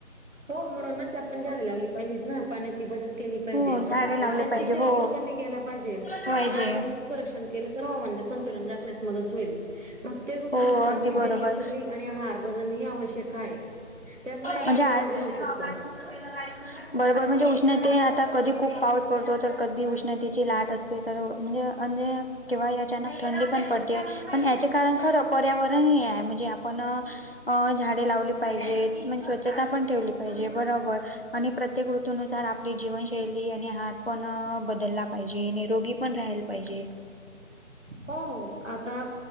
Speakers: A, on the right (about 70°); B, on the left (about 50°).
A: हो म्हणूनच आपण झाडे लावली पाहिजेत ना पाण्याची बचत. केली पाहिजे
B: हो झाडे लावले
A: आणि प्लास्टिकच्या
B: पाहिजे हो
A: वापर कमी केला पाहिजे
B: पाहिजे
A: पर्यावरण संरक्षण केलं तर हवामानाचे संतुलन राखण्यास मदत होईल. प्रत्येक ऋतूनुसार
B: हो अगदी
A: आपली
B: बरोबर
A: जीवनशैली आणि आहार बदलणे ह आवश्यक आहे. त्यामुळे आपण
B: म्हणजे आज
A: निरोगी राहू शकतो.
B: <unintelligible> बरोबर म्हणजे उष्णेत आता कधी खूप पाऊस पडतो तर, कधी उष्णतेची लाट असते तर म्हणजे अणजे. किंवा अचानक थंडी पण पडती आहे, पण याचे कारण खरं पर्यावरण ह आहे म्हणजे आपण. अ झाडे लावली पाहिजेत, म्हणजे स्वच्छता पण ठेवली पाहिजे बरोबर. आणि प्रत्येक ऋतनुसार आपली, जीवनशैली आणि हात पण बदलला पाहिजे निरोगी पण राहिला. बाजे.
A: हो आता.